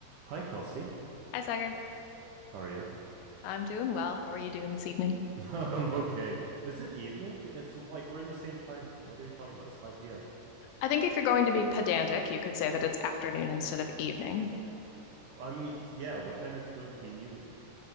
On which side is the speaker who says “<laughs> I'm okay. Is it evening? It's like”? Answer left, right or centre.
Right